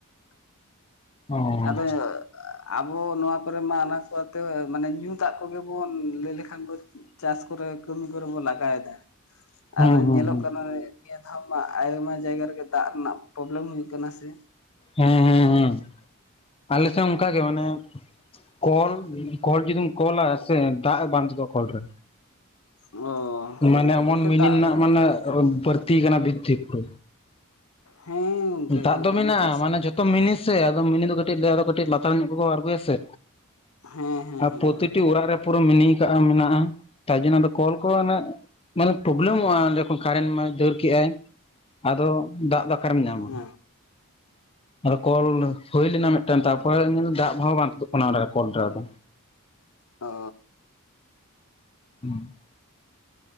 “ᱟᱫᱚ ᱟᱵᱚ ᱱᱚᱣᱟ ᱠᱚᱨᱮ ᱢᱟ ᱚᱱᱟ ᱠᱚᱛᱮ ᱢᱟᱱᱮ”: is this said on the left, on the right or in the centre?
Left